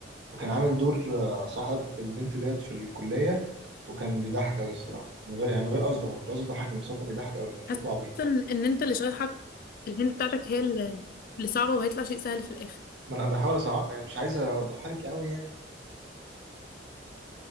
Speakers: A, on the right; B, on the left.
A: وكان عامل دور آه، صاحب البنت ديت في الكليه وكان بيضحك قوي الصراحه من غير يعني من غير قصده ما كنتش قصدي يضحكني بس هو كان بيضحك قوي كان شكله
B: حاسة
A: عبيط
B: إن إن أنت اللي شايحك الهنت بتاعتك هي اللي اللي صعبة وهيطلع شيء سهل في الآخر
A: ما انا بحاول اصعب يعني مش عايز اوضحها لك قوي يعني